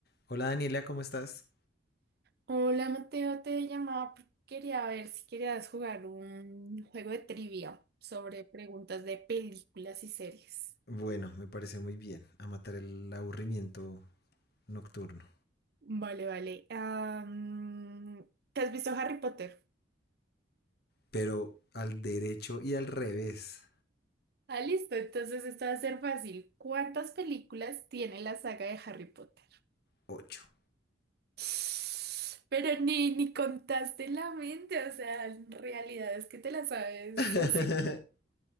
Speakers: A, on the left (about 55°); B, on the right (about 55°).
A: Hola Daniela, ¿cómo estás?
B: Hola Mateo, te llamaba porque quería ver si querías jugar un juego de trivia sobre preguntas de películas y series.
A: Bueno, me parece muy bien a matar el aburrimiento nocturno,
B: Vale, vale. Am, ¿te has visto Harry Potter?
A: pero al derecho y al revés,
B: Ah, listo, entonces esto va a ser fácil. ¿Cuántas películas tiene la saga de Harry Potter?
A: ocho.
B: <sighs> Pero ni, ni contaste la mente, o sea, en realidad es que te la sabes
A: <laughs>
B: así.